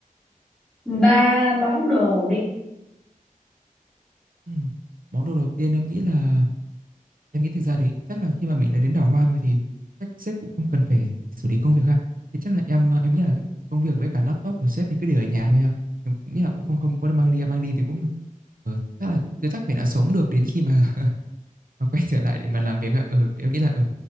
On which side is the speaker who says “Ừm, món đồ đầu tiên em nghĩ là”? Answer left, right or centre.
Right